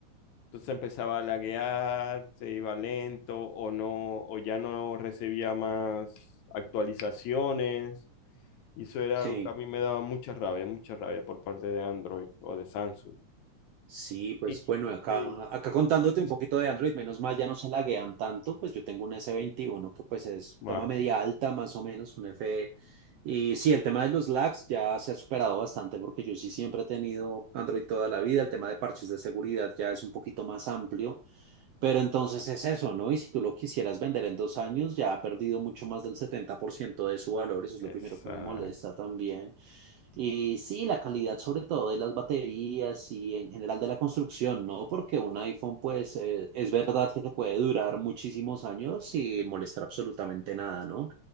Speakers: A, on the left; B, on the right.
A: entonces empezaba a laguear, se iba lento o no, o ya no recibía más actualizaciones. Y eso era
B: sí.
A: algo que a mí me daba mucha rabia, mucha rabia por parte de Android o de Samsung.
B: Sí, pues
A: Y-
B: bueno, acá,
A: Sí.
B: acá contándote un poquito de Android, menos mal ya no se laguean tanto, pues yo tengo un s veintiuno que pues es
A: Vale,
B: gama media alta más o menos, un F. Y sí, el tema de los lags ya se ha superado bastante porque yo sí siempre he tenido Android toda la vida, el tema de parches de seguridad ya es un poquito más amplio. Pero entonces es eso, ¿no? Y si tú lo quisieras vender en dos años, ya ha perdido mucho más del 70% de su valor, eso es
A: exacto.
B: lo primero que me molesta también. Y sí, la calidad sobre todo de las baterías y en general de la construcción, ¿no? Porque un iPhone, pues, eh, es verdad que te puede durar muchísimos años sin molestar absolutamente nada, ¿no?